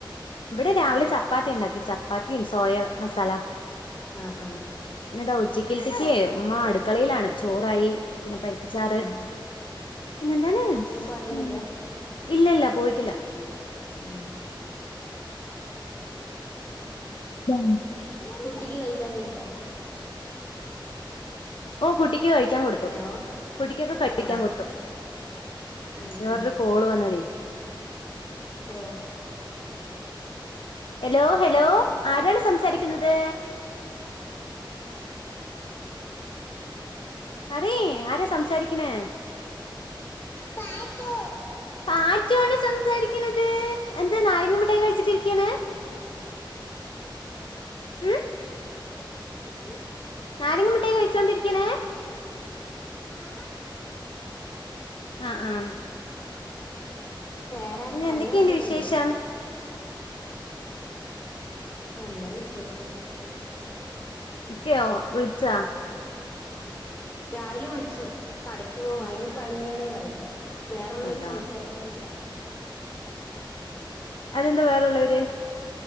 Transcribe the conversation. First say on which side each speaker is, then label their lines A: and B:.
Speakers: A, on the left (about 80°); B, on the left (about 30°).
A: ഇവിടെ രാവിലെ ചപ്പാത്തി ഇണ്ടാക്കി ചപ്പാത്തിം സോയ മസാല
B: ആഹ് ആഹ്
A: പിന്നെതാ ഉച്ചക്കല്ത്തക്ക് ഉമ്മ അട്ക്കളയിലാണ് ചോറായി പിന്നെ പരിപ്പിച്ചാറ്
B: ഉം
A: പിന്നെ എന്താണ്
B: ഇന്ന് പണിയില്ല
A: ഉം ഇല്ല ഇല്ല പോയിട്ടില്ല
B: ആ
A: <inaudible>
B: കുട്ടിക്ക് കയിക്കാൻ കൊടുത്താ
A: ഓ കുട്ടിക്ക് കഴിക്കാൻ കൊടുത്തു
B: ഹലോ
A: കുട്ടിക്കൊക്കെ കഴിക്കാൻ
B: ആഹ്
A: കൊടുത്തു
B: ഉം
A: വേറൊരു
B: ഉം
A: കോള് വന്നതെ
B: ഓ
A: ഹെലോ ഹെലോ ആരാണ് സംസാരിക്കുന്നത് പറയ് ആര സംസാരിക്കണ്
B: പാച്ചു
A: പാച്ചുവാണ് സംസാരിക്കണത് എന്താ നാരങ്ങ മുട്ടായി കഴിച്ചിട്ടിരിക്ക്യണ്
B: ഉം
A: ഉം
B: ഉം
A: നാരങ്ങ മുട്ടായി കഴിച്ചോണ്ടിരിക്കണ്
B: ആ
A: ആഹ് ആഹ്
B: വേറെ
A: പിന്നെ
B: പണികളൊക്കെ
A: എന്തൊക്കെയുണ്ട്
B: കയിഞ്ഞാ
A: വിശേഷം
B: നല്ല വിശേഷങ്ങള് പോണു
A: ഇക്കെയോ വിളിച്ചാ
B: രാവിലെ വിളിച്ചു കടക്ക് പോവാൻ
A: ഓ
B: അയിന് പനിയാണ് പറയും വേറള്ളോര്
A: അതാ
B: സംസാരിക്കാൻ പറ്റില്ല
A: അതെന്താ വേറെള്ളോര്